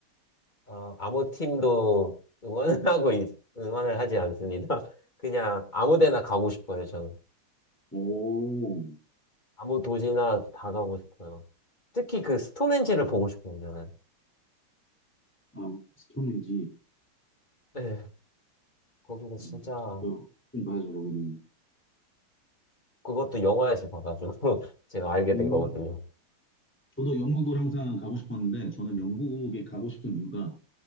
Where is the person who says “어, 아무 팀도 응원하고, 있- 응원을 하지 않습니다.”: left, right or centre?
Left